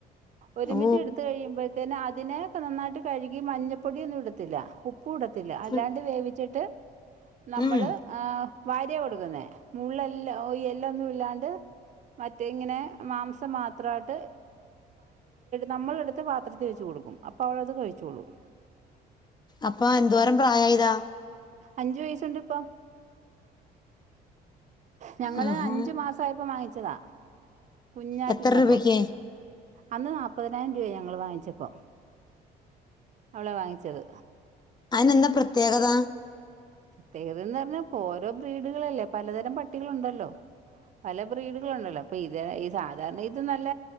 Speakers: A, on the right; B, on the left.
A: ഒരുമിച്ച്
B: ഓ
A: എടുത്ത് കഴിയുമ്പോഴത്തേന് അതിനെ നന്നായിട്ട് കഴുകി മഞ്ഞപ്പൊടി ഒന്നും ഇടുത്തില്ല ഉപ്പും ഇടത്തില്ല അല്ലാണ്ട്
B: ഉം,
A: വേവിച്ചിട്ട് നമ്മള്
B: ഉം
A: ആഹ് വാരിയ കൊടുക്കുന്നേ മുള്ളെല്ലാം എല്ലൊന്നും ഇല്ലാണ്ട് മറ്റെങ്ങനെ മാംസം മാത്രമായിട്ട് നമ്മളെടുത്ത് പാത്രത്തിൽ വെച്ച് കൊടുക്കും. അപ്പോൾ അവളത് കഴിച്ചോളും
B: അപ്പൊ എന്തോരം പ്രായായതാ
A: അഞ്ചു വയസ്സുണ്ട് ഇപ്പൊ ഞങ്ങള്
B: ആഹാ.
A: അഞ്ചു മാസായപ്പം വാങ്ങിച്ചതാ കുഞ്ഞായിട്ടിരുന്നപ്പം
B: എത്ര രൂപയ്ക്ക്
A: അന്ന് നാല്പ്പതിനായിരം രൂപയായി ഞങ്ങള് വാങ്ങിച്ചപ്പോ അവളെ വാങ്ങിച്ചത്
B: അയ്നെന്താ പ്രത്യേകത
A: പ്രത്യേകതേന്ന് പറഞ്ഞാ ഓരോ ബ്രീടുകളല്ലേ പലതരം പട്ടികളുണ്ടല്ലോ പല ബ്രീഡുകളുണ്ടല്ലോ അപ്പൊ ഇത് സാധാരണ ഇത് നല്ല